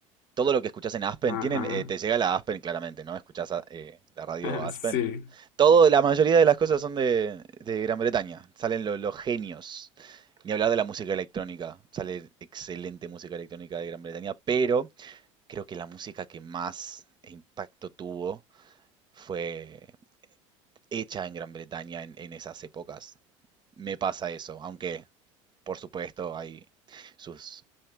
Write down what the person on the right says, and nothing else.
todo lo que escuchás en Aspen,
tienen, eh, te llega la Aspen claramente, ¿no? Escuchás a- eh, la radio
Aspen.
Todo, la mayoría de las cosas son de, de Gran Bretaña. Salen lo- los genios. Ni hablar de la música electrónica. Sale excelente música electrónica de Gran Bretaña, pero creo que la música que más impacto tuvo fue hecha en Gran Bretaña en, en esas épocas. Me pasa eso, aunque por supuesto hay sus